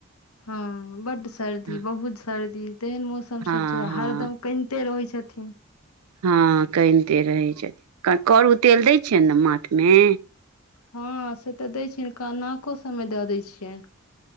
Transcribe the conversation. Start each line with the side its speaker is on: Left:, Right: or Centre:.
Left: हँ बड सर्दी
Right: हँ
Left: बहुत सर्दी तेहन मौस
Right: हँ
Left: सब छै हरदम कनिते रहै छथिन
Right: हँ कनिते रहै छथिन करू तेल दै छियनि ने माथ मे
Left: हँ से तऽ दै छियनि का नाको सभमे दऽ दै छियनि